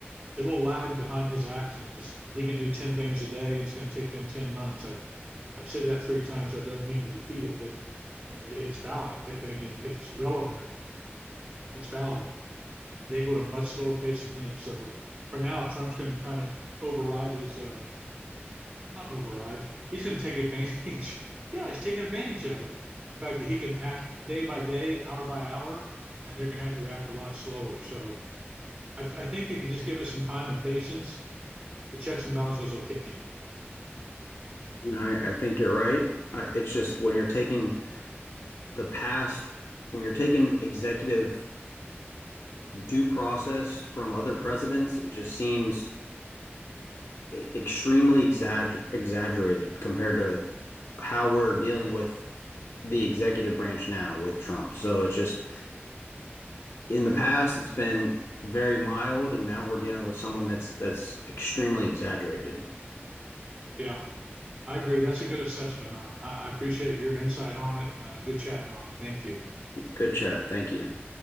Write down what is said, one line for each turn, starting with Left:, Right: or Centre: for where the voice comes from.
Right: it'll lag behind his actions because he can do ten things a day and it's gonna take them ten months. I've, I've said that three times. I don't mean to repeat it, but uh, it's valid. I mean, it's relevant. It's valid. They go at a much slower pace than him. So for now, Trump's gonna kind of override his, uh, not override. He's going to take advantage. <laughs> yeah, he's taking advantage of it. The fact that he can act day by day, hour by hour, and they're going to have to react a lot slower. So I, th- I think if you just give us some time and patience, the checks and balances will kick in.
Left: And I, I think you're right. I, it's just when you're taking the past, when you're taking executive due process from other presidents, it just seems e-, extremely exagger- exaggerated compared to how we're dealing with the executive branch now with Trump. So it's just in the past it's been very mild and now we're dealing with someone that's that's extremely exaggerated.
Right: Yeah, I agree. That's a good assessment. I, I I appreciate your insight on it and uh, good chatting on it. Thank you.
Left: Good chat. Thank you.